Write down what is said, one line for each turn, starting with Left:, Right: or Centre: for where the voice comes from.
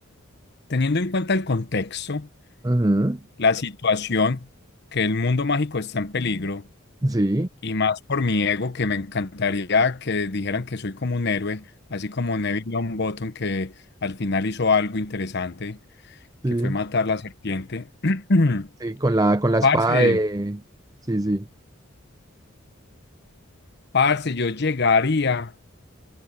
Left: teniendo en cuenta el contexto,
Right: Ujú.
Left: la situación, que el mundo mágico está en peligro,
Right: Sí,
Left: y más por mi ego, que me encantaría que dijeran que soy como un héroe, así como Neville Longbottom, que al final hizo algo interesante,
Right: <laughs> sí,
Left: que fue matar la serpiente. <clears throat>
Right: sí, con la, con la espada
Left: Parce,
Right: de... Sí, sí.
Left: parce, yo llegaría